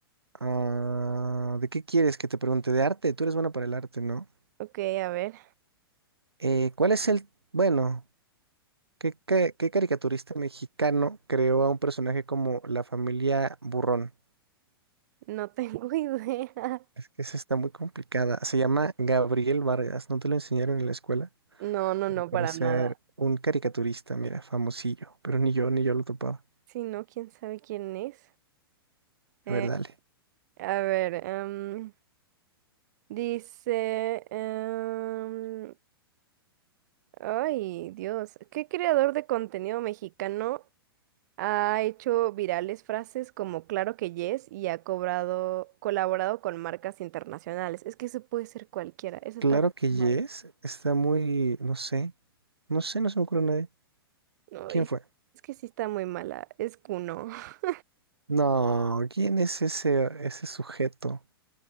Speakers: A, on the right (about 85°); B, on the right (about 45°).
A: Ah, ¿de qué quieres que te pregunte? De arte. Tú eres bueno para el arte, ¿no?
B: Ok, a ver.
A: Eh, ¿cuál es el... Bueno, ¿qué, qué, qué caricaturista mexicano creó a un personaje como la familia Burrón?
B: No tengo <laughs> idea.
A: Es que esa está muy complicada. Se llama Gabriel Vargas. ¿No te lo enseñaron en la escuela?
B: No, no, no,
A: Al parecer,
B: para nada.
A: un caricaturista, mira, famosillo. Pero ni yo, ni yo lo topaba.
B: Si no, quién sabe quién es. Eh,
A: A ver, dale.
B: a ver, em, dice. em, ay, Dios. ¿Qué creador de contenido mexicano Ha hecho virales frases como claro que yes y ha cobrado, colaborado con marcas internacionales. Es que eso puede ser cualquiera. Esa
A: Claro
B: está
A: que
B: muy
A: Yes
B: mala.
A: está muy, no sé. No sé, no se me ocurre nadie.
B: No,
A: ¿Quién
B: y-
A: fue?
B: es que sí está muy mala. Es Kuno. <laughs>
A: No, ¿quién es ese, ese sujeto?